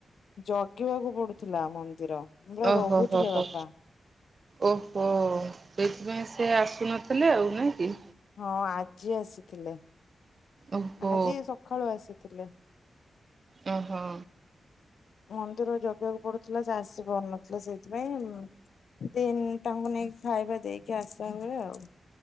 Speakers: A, on the left (about 75°); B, on the right (about 45°).
A: ଜଗିବାକୁ ପଡୁଥିଲା ମନ୍ଦିର। ପୁରା
B: ଓହୋ
A: ରହୁଥିଲେ
B: ହୋ ହୋ
A: ବାପା।
B: ଓହୋ! ସେଇଥିପାଇଁ ସେ ଆସୁନଥିଲେ ଆଉ ନାହିଁକି?
A: ହଁ ଆଜି ଆସିଥିଲେ।
B: ଓହୋ
A: ଆଜି ସକାଳୁ ଆସିଥିଲେ।
B: ଓ ହଁ।
A: ମନ୍ଦିର ଜଗିବାକୁ ପଡୁଥିଲା ସେ ଆସି ପାରୁନଥିଲେ। ସେଇଥିପାଇଁ ଉଁ, ଦିନ ତାଙ୍କୁ ନେଇକି ଖାଇବା ଦେଇକି ଆସିବା ହୁଏ ଆଉ।